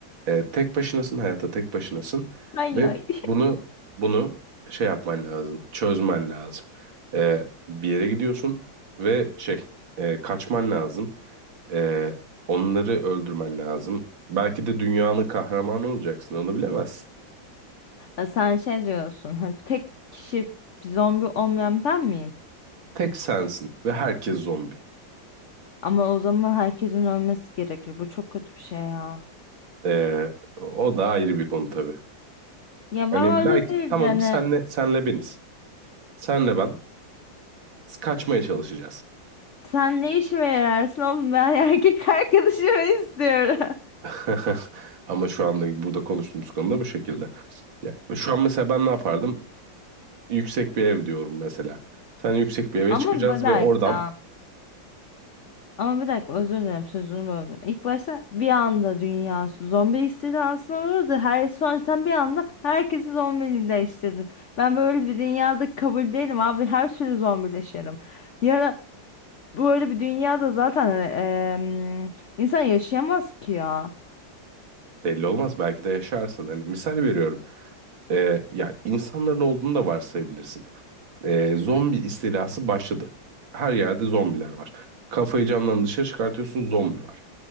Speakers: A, on the right (about 80°); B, on the left (about 50°).
A: Ee, tek başınasın hayatta tek başınasın
B: Hayır.
A: ve bunu bunu şey yapman lazım, çözmen lazım. Ee, bir yere gidiyorsun ve şey e, kaçman lazım. Ee, onları öldürmen lazım. Belki de dünyanın kahramanı olacaksın, onu bilemezsin.
B: Ha, Sen şey diyorsun hani tek kişi zombi olmayan ben miyim?
A: Tek sensin ve herkes zombi.
B: Ama o zaman herkesin ölmesi gerekir. Bu çok kötü bir şey ya.
A: Ee, o da ayrı bir konu tabii.
B: Ya
A: Hani
B: ben
A: belki
B: öyle değil
A: tamam
B: de hani
A: senle senle beniz. Senle ben kaçmaya çalışacağız.
B: sen ne işime yararsın oğlum ben <laughs> erkek arkadaşımı istiyorum.
A: <laughs> Ama şu anda burada konuştuğumuz konuda bu şekilde. Ya, şu an mesela ben ne yapardım? Yüksek bir ev diyorum mesela. Sen yüksek
B: <laughs>
A: bir eve
B: Ama
A: çıkacağız
B: bir dakika.
A: ve oradan
B: Ama bir dakika özür dilerim sözünü böldüm. İlk başta bir anda dünya zombi istilasına uğradı. Her, sonra sen bir anda herkesi zombileştirdin. Ben böyle bir dünyada kabul değilim abi. Her türlü zombileşirim. Ya da böyle bir dünyada zaten e, em, insan yaşayamaz ki ya.
A: belli olmaz belki de yaşarsın. Hani misal veriyorum. Ee, ya insanların olduğunu da varsayabilirsin. Ee, zombi istilası başladı. Her yerde zombiler var. Kafayı camdan dışarı çıkartıyorsun zombi var.